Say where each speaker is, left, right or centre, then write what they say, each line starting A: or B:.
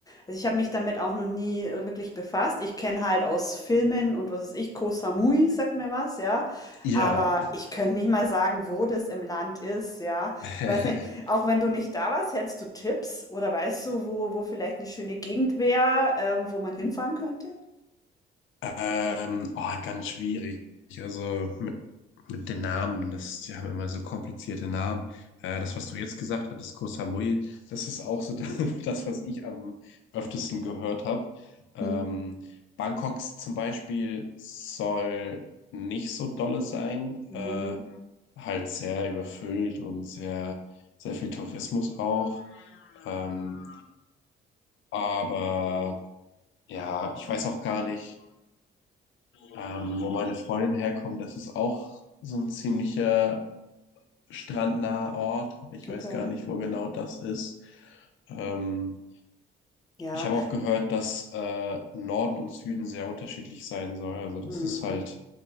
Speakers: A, on the left (about 20°); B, on the left (about 75°).
A: Also ich habe mich damit auch noch nie äh, wirklich befasst. Ich kenne halt aus Filmen und was weiß ich, Koh Samui sagt mir was, ja.
B: Ja,
A: Aber ich könnte nicht mal sagen, wo das im Land ist, ja.
B: <laughs>
A: Ich weiß nicht, auch wenn du nicht da warst, hättest du Tipps oder weißt du, wo, wo vielleicht eine schöne Gegend wäre, ähm, wo man hinfahren könnte?
B: ähm, oh, ganz schwierig. Also mit, mit den Namen, das, die haben immer so komplizierte Namen. Äh, das, was du jetzt gesagt hattest, Koh Samui, das ist auch so <laughs> das, was ich am öftesten gehört habe. Ähm,
A: Mhm.
B: Bangkoks zum Beispiel soll nicht so dolle sein,
A: Mhm.
B: äh, halt sehr überfüllt und sehr, sehr viel Tourismus auch. Ähm, Aber ja, ich weiß auch gar nicht, ähm, wo meine Freundin herkommt. Das ist auch so ein ziemlicher strandnaher Ort. Ich
A: Okay,
B: weiß gar nicht, wo genau das ist. Ähm,
A: ja.
B: ich habe auch gehört, dass äh, Norden und Süden sehr unterschiedlich sein soll. Also, dass
A: Mhm.
B: es halt
A: Mhm.